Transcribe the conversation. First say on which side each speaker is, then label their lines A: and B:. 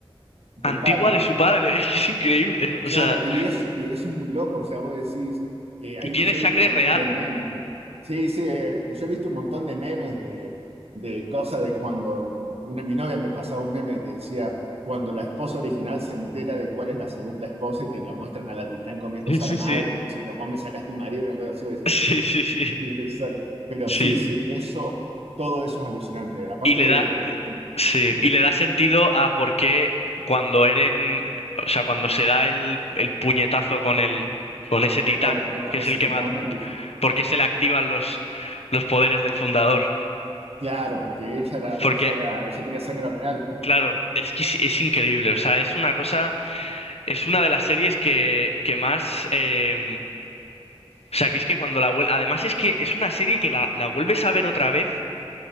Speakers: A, on the right; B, on the left.
A: del
B: antigua
A: padre.
B: de su padre, <laughs> es que es increíble, o
A: Claro,
B: sea...
A: y eso, y eso es muy loco, o sea, vos decís que
B: Y
A: hay,
B: tiene
A: yo
B: sangre
A: he visto un montón
B: real.
A: de memes, ¿eh? sí, sí, eh, yo he visto un montón de memes de, de cosas de cuando una mi novia me pasaba un meme que decía, cuando la esposa original se entera de cuál es la segunda esposa y te la muestran a la titán comiéndose
B: Sí, sí,
A: a la
B: sí.
A: madre, como
B: <laughs>
A: diciendo, vos me sacaste el marido, una cosa así, vos decís,
B: Sí, sí,
A: <laughs>
B: sí.
A: qué irrisorio. Pero
B: Sí.
A: sí, sí, eso, todo eso es alucinante. Aparte,
B: Y le da,
A: esto, la-
B: sí, y le da sentido a por qué cuando Eren, o sea, cuando se da el, el puñetazo con el, con ese titán,
A: claro, con, con
B: que es
A: ese
B: el que
A: titán
B: mata,
A: empieza.
B: por qué se le activan los, los poderes del fundador.
A: Claro, porque ella era,
B: Porque,
A: ella era, ella tenía sangre real.
B: claro, es que es, es increíble. O sea, es una cosa, es una de las series que, que más, eh, o sea, que es que cuando la vuelve, además es que es una serie que la, la vuelves a ver otra vez.